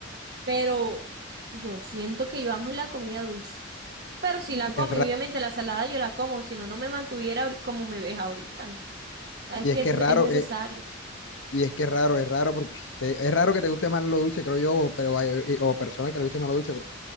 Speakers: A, on the right; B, on the left.
A: Pero yo siento que yo amo la comida dulce. Pero si la
B: Es que
A: como,
B: es raro,
A: y obviamente la salada yo la como, si no, no me mantuviera ahori- como me ves ahorita. Sabes
B: y
A: que
B: es que
A: eso
B: es
A: es
B: raro
A: es necesario.
B: Y es que es raro, es raro porque es raro que te guste más lo dulce, creo yo, o- pero hay- o personas que le guste más lo dulce, porque